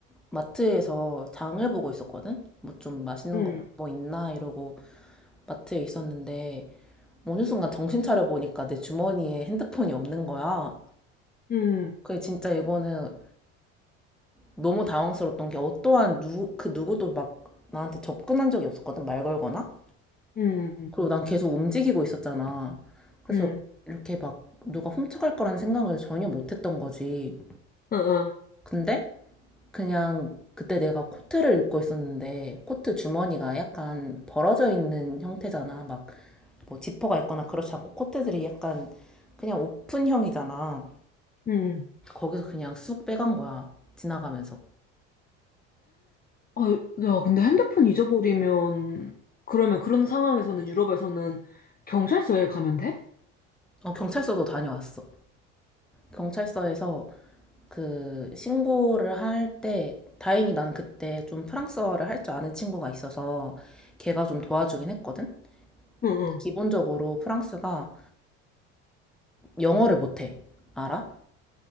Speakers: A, in the centre; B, on the left.
A: 마트에서 장을 보고 있었거든? 뭐 좀 맛있는
B: 응,
A: 거 뭐 있나? 이러고 마트에 있었는데 어느 순간 정신 차려 보니까 내 주머니에 핸드폰이 없는 거야.
B: 응,
A: 그래, 진짜 이거는 너무 당황스러웠던 게 어떠한 누, 그 누구도 막 나한테 접근한 적이 없었거든, 말 걸거나.
B: 응, 응,
A: 그리고 난 계속 움직이고 있었잖아. 그래서
B: 응,
A: 이렇게 막 누가 훔쳐갈 거라는 생각을 전혀 못 했던 거지.
B: 응.
A: 근데 그냥 그때 내가 코트를 입고 있었는데 코트 주머니가 약간 벌어져 있는 형태잖아. 막 뭐 지퍼가 있거나 그렇지 않고 코트들이 약간 그냥 오픈형이잖아.
B: 응.
A: 거기서 그냥 쑥 빼간 거야. 지나가면서.
B: 아, 야, 근데 핸드폰 잊어버리면 그러면 그런 상황에서는 유럽에서는 경찰서에 가면 돼?
A: 어, 경찰서도 다녀왔어. 경찰서에서 그 신고를 할 때 다행히 나는 그때 좀 프랑스어를 할 줄 아는 친구가 있어서 걔가 좀 도와주긴 했거든.
B: 응응.
A: 근데 기본적으로 프랑스가 영어를 못해. 알아?